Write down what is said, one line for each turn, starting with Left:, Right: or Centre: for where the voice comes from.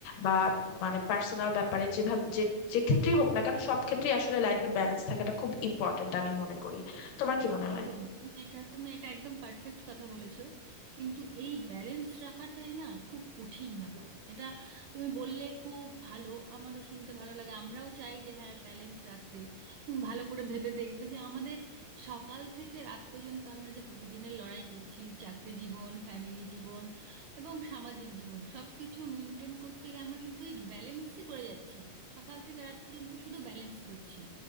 Left: বা মানে পার্সোনাল ব্যাপারে যেভাবে যে যে ক্ষেত্রেই হোক না কেন সব ক্ষেত্রেই আসলে লাইফে ব্যালেন্স থাকাটা খুব ইম্পর্ট্যান্ট আমি মনে করি তোমার কি মনে হয়
Right: একদম তুমি এটা তুমি এটা একদম পারফেক্ট কথা বলেছো কিন্তু এই ব্যালেন্স রাখাটাই না খুব কঠিন ব্যাপার এটা তুমি বললে খুব ভালো আমারও শুনতে ভালো লাগে আমরাও চাই যে হ্যাঁ ব্যালেন্স রাখতে তুমি ভালো করে ভেবে দেখবে যে আমাদের সকাল থেকে রাত পর্যন্ত আমরা যে প্রতিদিনের লড়াই করছি চাকরি জীবন ফ্যামিলি জীবন এবং সামাজিক জীবন সব কিছু মেনটেন করতে গিয়ে আমরা কিন্তু এই ব্যালেন্সই করে যাচ্ছি সকাল থেকে রাত পর্যন্ত শুধু ব্যালেন্স করছি